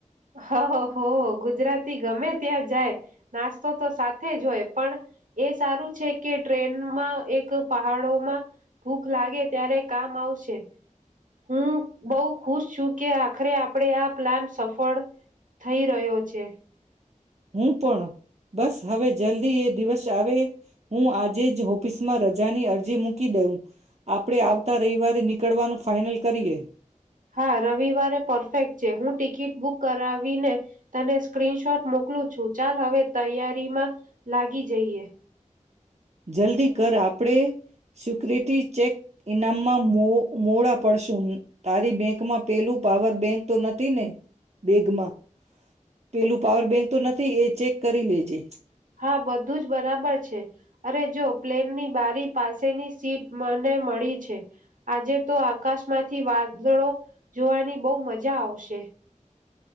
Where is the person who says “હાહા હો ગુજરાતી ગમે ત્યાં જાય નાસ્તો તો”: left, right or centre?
Right